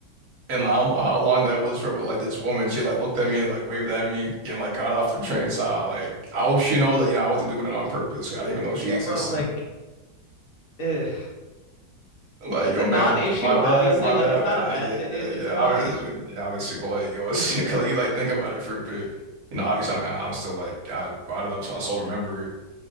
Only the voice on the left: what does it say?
yeah,
bro, like, eh,
it's
a non-issue,
obviously.
Like,
it's not
a bad
thing.
It's
a non-issue.
<laughs>
Yeah,